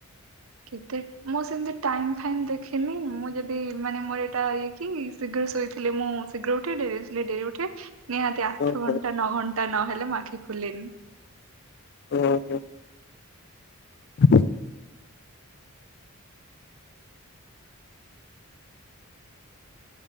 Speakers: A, on the right; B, on the left.
A: କେତେ ମୁଁ ସେମିତି ଟାଇମ୍ ଫାଇମ୍ ଦେଖିନି ମୁଁ ଯଦି ମାନେ ମୋର ଏଇଟା ଏ କି ଶୀଘ୍ର ଶୋଇଥିଲେ ମୁଁ ଶୀଘ୍ର ଉଠେ ଡେରିରେ <unintelligible> ଡେରିରେ ଉଠେ। ନିହାତି ଆଠ
B: ଓହୋ
A: ଘଣ୍ଟା ନଅ ଘଣ୍ଟା ନହେଲେ ମୋ ଆଖି ଖୋଲେନି।
B: ଓହୋ। <inaudible>